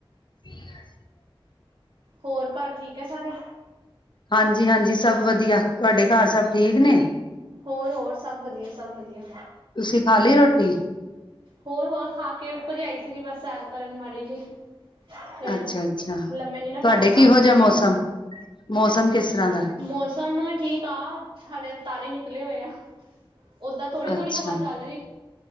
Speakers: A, on the left; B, on the right.
A: ਹਮ।
B: ਹੋਰ ਘਰ ਠੀਕ ਹੈ ਸਾਰੇ।
A: ਹਾਂਜੀ ਹਾਂਜੀ ਸਭ ਵਧੀਆ ਤੁਹਾਡੇ ਘਰ ਸਭ ਠੀਕ ਨੇ।
B: ਹੋਰ ਹੋਰ ਸਭ ਵਧੀਆ ਸਭ ਵਧੀਆ।
A: ਤੁਸੀਂ ਖਾ ਲਈ ਰੋਟੀ।
B: ਹੋਰ- ਹੋਰ ਖਾ ਕੇ ਉੱਪਰ ਹੀ ਆਈ ਸੀਗੀ, ਬਸ ਸੈਰ ਕਰਨ ਮਾੜੀ ਜੀ ਫਿਰ
A: ਅੱਛਾ- ਅੱਛਾ ਤੁਹਾਡੇ
B: ਲੰਮੇ ਨੀ ਨਾ ਪੈਣਾ ਖਾ
A: ਕਿਹੋ
B: ਕੇ ਏਦਾਂ
A: ਜਿਹਾ
B: ਹੀ
A: ਮੌਸਮ ਮੌਸਮ ਕਿਸ ਤਰ੍ਹਾਂ ਦਾ,
B: ਮੌਸਮ ਠੀਕ ਆ ਸਾਡੇ ਤਾਰੇ ਨਿਕਲੇ ਹੋਏ ਆ। ਓਦਾਂ ਥੋੜ੍ਹ ਥੋ੍ਹੀ
A: ਅੱਛਾ
B: ਹਵਾ ਚੱਲ ਰਹੀ।